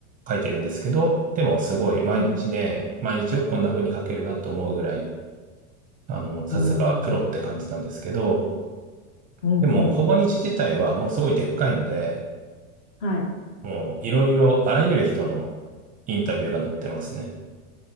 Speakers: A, on the right (about 20°); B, on the left (about 45°).
A: 書いてるんですけど、でもすごい毎日ね、
B: はい。う
A: 毎日よくこんな風に書けるなと思うぐらい、あの、さすがプロって感じなんですけど、
B: ーん。うん、うん、
A: でも、ほぼ日自体はもうすごいでっかいので、
B: うん。はい。
A: もういろいろあらゆる人のインタビューが載ってますね。